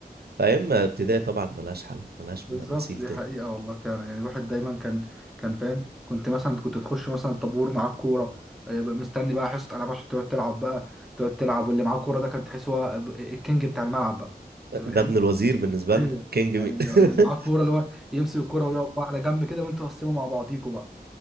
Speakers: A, on the right; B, in the centre.
A: فايام ابتدائي طبعا ملهاش حل ملهاش
B: بالظبط
A: م- مثيل
B: دي
A: تاني
B: حقيقة والله فعلا يعني الواحد دايما كان كان فاهم كنت مثلا كنت تخش مثلا الطابور معاك كورة آه، بقى مستني بقى حصة ألعاب عشان تقعد تلعب بقى تقعد تلعب واللي معاه كورة ده كان تحس هو ب- الكينج بتاع الملعب بقى أنت
A: ده
B: فاهم؟
A: ابن الوزير بالنسبة
B: أيوه
A: لنا كينج
B: يعني
A: مين
B: اللي
A: <laughs>
B: اللي معاه كورة اللي هو يمسك الكورة ويقف بقى على جنب كده وأنتوا قسموا مع بعضيكوا بقى